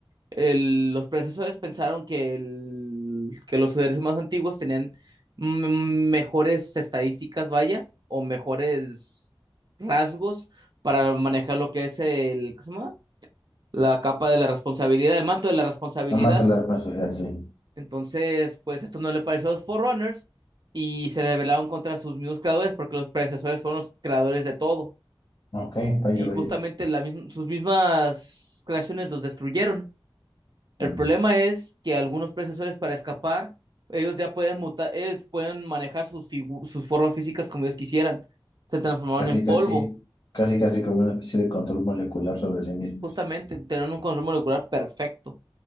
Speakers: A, on the right; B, on the left.
A: el- los predecesores pensaron que, el- que los seres más antiguos tenían mm, mejores estadísticas, vaya, o mejores rasgos para manejar lo que es el, ¿cómo se llama? La capa de la responsabilidad, el manto de la responsabilidad
B: No mata la responsabilidad, sí.
A: entonces, pues esto no le pareció a los Forerunners y se rebelaron contra sus mismos creadores porque los predecesores fueron los creadores de todo.
B: Ok, vaya,
A: Y
B: vaya.
A: justamente la misma- sus mismas creaciones los destruyeron. El
B: Mm.
A: problema es que algunos predecesores para escapar, ellos ya pueden mutar, ellos pueden manejar sus, figu- sus formas físicas como ellos quisieran. Se transformaron
B: Casi,
A: en polvo,
B: casi, casi, casi como una especie de control molecular sobre sí mismos.
A: justamente, tenían un control molecular perfecto.